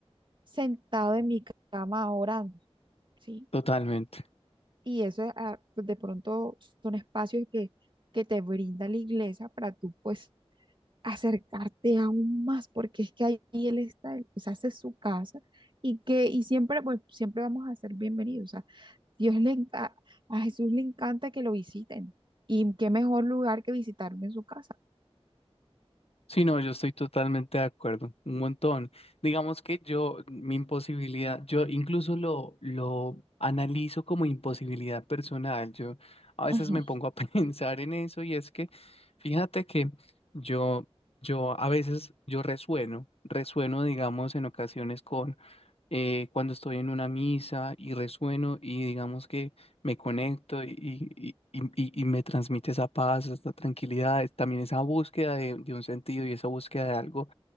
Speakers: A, on the right (about 50°); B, on the left (about 70°).
A: sentado en mi cama orando, ¿sí?
B: Totalmente.
A: Y eso ah, pues de pronto son espacios que, que te brinda la iglesia para tú, pues acercarte aún más, porque es que ahí él está, él, pues hace su casa y que y siempre, pues siempre vamos a ser bienvenidos. O sea, Dios le enca- a Jesús le encanta que lo visiten y qué mejor lugar que visitarme en su casa.
B: Sí, no, yo estoy totalmente de acuerdo, un montón. Digamos que yo, mi imposibilidad, yo incluso lo, lo analizo como imposibilidad personal. Yo a
A: Ujú.
B: veces me pongo a <laughs> pensar en eso y es que, fíjate que yo, yo a veces, yo resueno, resueno, digamos, en ocasiones con eh, cuando estoy en una misa y resueno y digamos que me conecto y, y- y- y- y me transmite esa paz, esa tranquilidad, es también esa búsqueda de, de un sentido y esa búsqueda de algo.